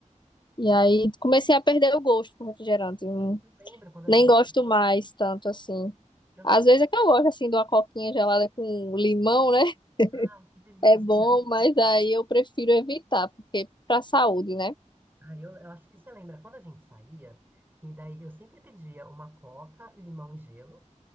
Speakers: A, on the left; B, on the right.
A: E
B: Sim.
A: aí comecei a perder o gosto com refrigerante. Não-
B: Eu lembro quando a
A: Nem
B: gente,
A: gosto mais tanto assim.
B: eu
A: Às
B: lembro,
A: vezes é que eu gosto assim de uma coquinha gelada com limão, né? <laughs>
B: ai, que delícia.
A: É bom,
B: que-
A: mas daí eu prefiro evitar, porque pra saúde, né?
B: Ai, eu, eu acho que você lembra quando a gente saía, que daí eu sempre pedia uma coca, limão e gelo.